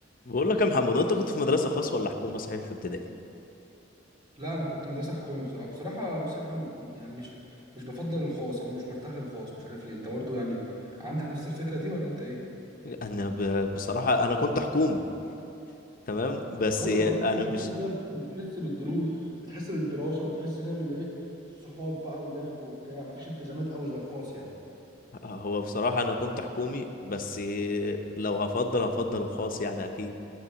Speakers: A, on the left; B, on the right.
A: بقول لك يا محمد انت كنت في مدرسه خاص ولا حكومه صحيح في ابتدائي
B: لا انا كنت مدرسه حكومي بصراحه بصراحه بص يا احمد يعني مش مش بفضل الخاص او مش برتاح للخاص مش عارف ليه انت برضو يعني عندك نفس الفكره دي ولا انت ايه
A: انا ب... بصراحه انا كنت حكومي تمام بس
B: ايوه بجد
A: انا
B: الحكومه
A: مش
B: كده بتح- بتحس بالدروس بتحس بالدراسه وبتحس كده بالايه الصحاب بقى واللعب وبتاع مفيش التزامات قوي زي الخاص يعني
A: هو بصراحه انا كنت حكومي بس لو هفضل هفضل الخاص يعني اكيد